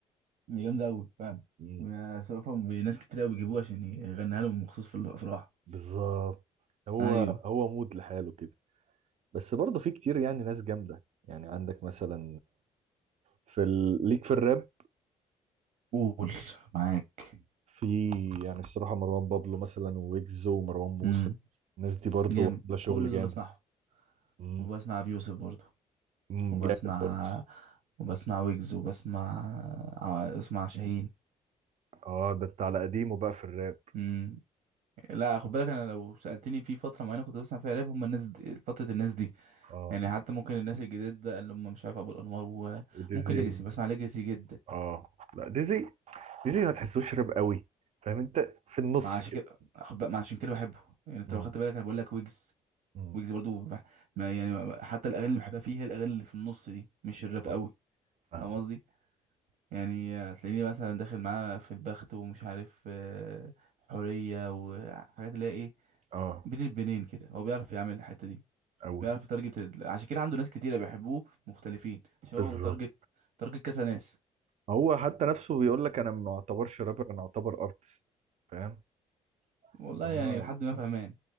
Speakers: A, on the right; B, on the right.
A: دي جامده قوي فعلا
B: أوي
A: يا سوفهم بناس كتير قوي بيجيبوها عشان يغنيها لهم مخصوص في الافراح
B: بالظبط هو
A: ايوه
B: هو مود لحاله كده بس برضه في كتير يعني ناس جامدة يعني عندك مثلا في ال... ليك في الراب
A: قول معاك
B: في يعني الصراحة مروان بابلو مثلا ويجز ومروان موسى
A: امم
B: الناس دي برضه
A: جامد
B: عاملة شغل
A: كل دول
B: جامد
A: بسمعهم
B: امم
A: وبسمع ابي يوسف برضو
B: امم
A: وبسمع
B: جامد برضه
A: وبسمع ويجز وبسمع ع- اسمع شاهين
B: اه ده انت على قديمه بقى في الراب
A: امم لا خد بالك انا لو سالتني في فتره معينه كنت بسمع فيها راب هم الناس دي فتره الناس دي
B: اه
A: يعني حتى ممكن الناس الجداد ده اللي هم مش عارف ابو الانوار وممكن
B: وديزي
A: ليجاسي
B: و...
A: بسمع ليجاسي جدا
B: اه لا ديزي ديزي ما تحسوش راب قوي فاهم انت في النص
A: مع عشان
B: كده
A: كده خد بالك- مع عشان كده بحبه يعني انت
B: امم
A: لو خدت بالك انا بقول لك ويجز
B: امم
A: ويجز برضو بح... ما يعني حتى الاغاني اللي بحبها فيه هي الاغاني اللي في النص دي مش الراب
B: اه
A: قوي
B: فاهمك
A: فاهم قصدي يعني هتلاقيني مثلا داخل معاه في البخت ومش عارف آه، حورية وحاجات اللي هي ايه
B: اه
A: بين البنين كده هو بيعرف يعمل الحتة دي
B: قوي
A: بيعرف يتارجت ال- عشان كده عنده ناس كتيرة بيحبوه مختلفين عشان
B: بالظبط
A: هو متارجت تارجت كذا ناس
B: هو حتى نفسه بيقول لك انا ما اعتبرش رابر انا اعتبر ارتست فاهم
A: والله
B: اللي هو
A: يعني لحد ما فهمان